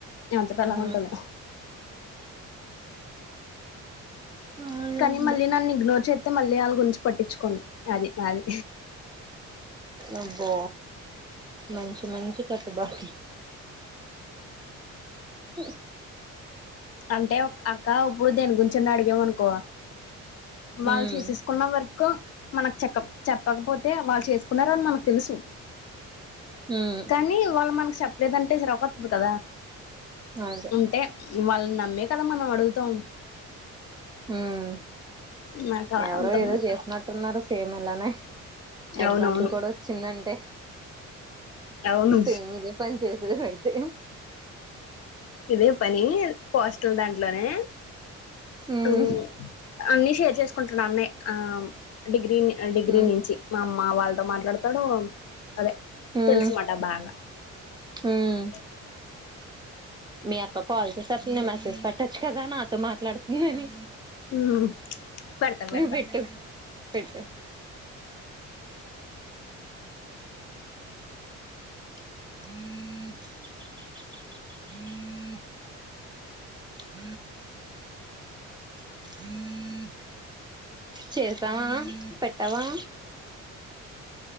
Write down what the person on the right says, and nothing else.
ఆ
అవునండి
అబ్బో మంచి మంచి కట్టుబాట్లు. ఉహు
ఉమ్
ఉమ్
అదే
ఉమ్
ఎవరో
ఏదో చేసినట్టున్నారు సేమ్ ఇలానే ఎగ్జాంపుల్
కూడా వచ్చిందంటే
సేమ్ ఇదే పన్ చేశారు అయితే
ఉమ్
ఉమ్
ఉమ్
ఉమ్
మీ అక్క కాల్ చేసేతంది మెసేజ్ పెట్టొచ్చు కదా నాతో మాట్లాడుతుందని.
నువ్వు పెట్టు పెట్టు హ అ హ చేశావా పెట్టావా